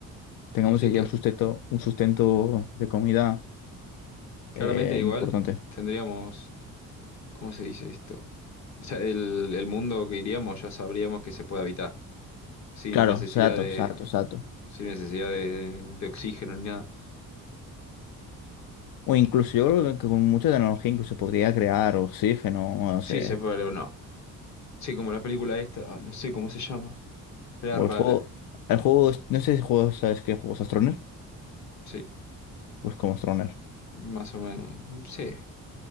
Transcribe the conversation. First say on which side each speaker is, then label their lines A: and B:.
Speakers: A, on the left; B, on the left.
A: tengamos
B: sí,
A: ya
B: claro.
A: un sustento, un sustento de comida
B: Claramente
A: eh,
B: igual
A: importante.
B: tendríamos, ¿cómo se dice esto? O sea, el, el mundo que iríamos ya sabríamos que se puede habitar, sin
A: Claro,
B: necesidad
A: exacto,
B: de
A: exacto, exacto.
B: sin necesidad de, de oxígeno ni nada.
A: O incluso yo creo que con mucha tecnología incluso podría crear oxígeno, no
B: Sí,
A: sé.
B: se fue, pero no. Sí, como la película esta, ay, no sé cómo se llama. Era
A: O
B: rara,
A: el juego, el juego, es- no sé si juego, ¿sabes qué juegos Astroner?
B: sí,
A: Pues como Astroner.
B: más o menos. Sí.